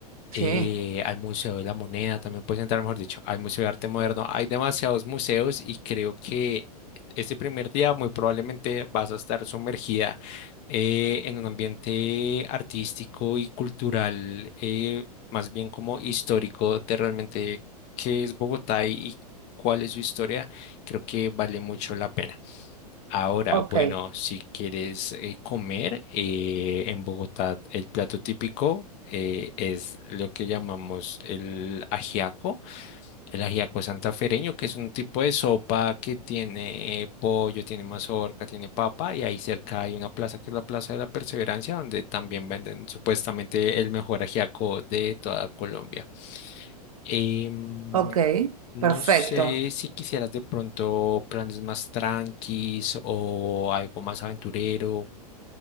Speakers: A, on the right; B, on the left.
A: Sí.
B: eh, al Museo de la Moneda también puedes entrar, mejor dicho, al Museo de Arte Moderno. Hay demasiados museos y creo que este primer día muy probablemente vas a estar sumergida eh, en un ambiente artístico y cultural, eh, más bien como histórico de realmente qué es Bogotá y y cuál es su historia. Creo que vale mucho la pena. Ahora,
A: Ok,
B: bueno, si quieres eh, comer eh, en Bogotá, el plato típico eh, es lo que llamamos el ajiaco. El ajiaco santafereño, que es un tipo de sopa que tiene eh, pollo, tiene mazorca, tiene papa, y ahí cerca hay una plaza que es la Plaza de la Perseverancia, donde también venden supuestamente el mejor ajiaco de toda Colombia. Em,
A: ok,
B: no
A: perfecto.
B: sé si quisieras de pronto planes más tranquis o algo más aventurero.